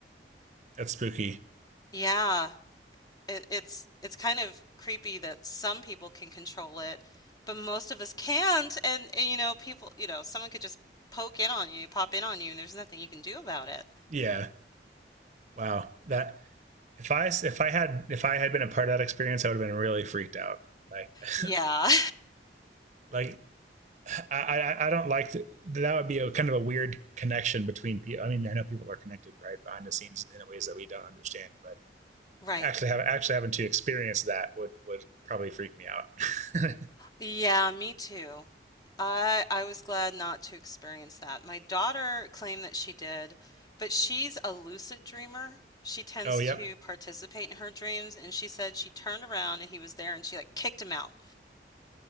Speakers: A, on the right; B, on the left.
A: that's spooky.
B: Yeah, it, it's it's kind of creepy that some people can control it, but most of us can't. And, and you know, people, you know, someone could just poke in on you, pop in on you, and there's nothing you can do about it.
A: Yeah, wow. That if I if I had if I had been a part of that experience, I would have been really freaked out. Like
B: Yeah,
A: <sighs> like I, I, I don't like to, that would be a kind of a weird connection between people. I mean, I know people are connected right behind the scenes in ways that we don't understand, but
B: <laughs> right.
A: actually have actually having to experience that would would probably freak me out.
B: Yeah, me too. I I was glad not to experience that. My daughter claimed that she did, but she's a lucid dreamer. She tends
A: <laughs> oh, yep.
B: to participate in her dreams, and she said she turned around and he was there, and she like kicked him out.